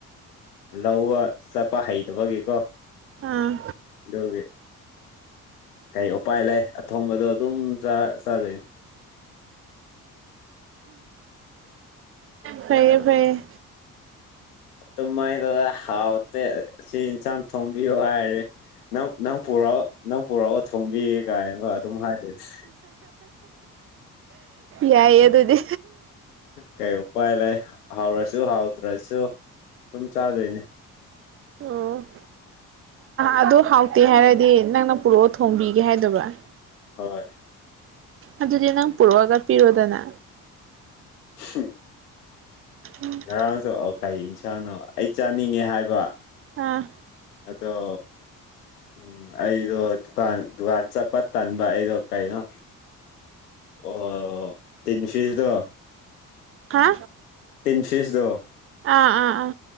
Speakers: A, on the left; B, on the right.
A: ꯂꯧꯋꯥ ꯆꯄ ꯍꯥꯏꯩꯗꯕꯒꯦꯀꯣ
B: ꯑꯥ
A: ꯗꯒꯦ ꯀꯩ ꯎꯄꯥꯏ ꯂꯩ ꯑꯊꯣꯡꯕꯗꯣ ꯑꯗꯨꯝ ꯆꯥꯖꯩ
B: ꯐꯔꯌꯦꯦ ꯐꯔꯌꯦꯦ
A: ꯑꯗꯨꯃꯥꯏꯅ ꯇꯧꯔ ꯍꯥꯎꯇꯦ ꯁꯤ ꯌꯦꯟꯁꯥꯡ ꯊꯣꯡꯝꯕꯤꯌꯣ ꯍꯥꯏꯔꯦ ꯅꯪ ꯅꯪ ꯄꯨꯔꯛꯑꯣ ꯅꯪ ꯄꯨꯔꯛꯑꯣ ꯊꯣꯡꯕꯤꯒꯦ ꯀꯥꯏꯅꯒ ꯑꯗꯨꯝ ꯍꯥꯏꯗꯤꯦ ꯑꯗꯨ <inaudible>
B: ꯌꯥꯏꯌꯦ ꯑꯗꯨꯗꯤ
A: ꯀꯩ ꯎꯄꯥꯏ ꯂꯩ ꯍꯥꯎꯔꯁꯨ ꯍꯥꯎꯗ꯭ꯔꯁꯨ ꯑꯗꯨꯝ ꯆꯥꯗꯣꯏꯅꯤ
B: ꯑꯣ ꯑꯗꯨ ꯍꯥꯎꯇꯦ ꯍꯥꯏꯔꯗꯤ ꯅꯪꯅ ꯄꯨꯔꯛꯑꯣ ꯊꯣꯡꯕꯤꯒꯦ ꯍꯥꯏꯗꯕ꯭ꯔꯥ
A: ꯍꯣꯏ
B: ꯑꯗꯨꯗꯤ ꯅꯪ ꯄ ꯄꯨꯔꯋꯥꯒ ꯄꯤꯔꯗꯅ
A: ꯍ
B: ꯎꯝ
A: ꯉꯔꯥꯡ ꯆ ꯀꯩ ꯏꯟꯁꯥꯅꯣ ꯑꯩ ꯆꯥꯅꯤꯡꯉꯦ ꯍꯥꯏꯕ
B: ꯑꯥ
A: ꯑꯗꯣ ꯎꯝ ꯑꯩꯗꯣ ꯗꯨꯀꯥꯟ ꯗꯨꯀꯥꯟ ꯆꯠꯄ ꯇꯟꯕ ꯑꯩꯗꯣ ꯀꯩꯅꯣ ꯑꯣ ꯇꯤꯟ ꯐꯤꯁꯇꯣ
B: ꯍꯥ
A: ꯇꯤꯟ ꯐꯤꯁꯇꯣ
B: ꯑꯥ ꯑꯥ ꯑꯥ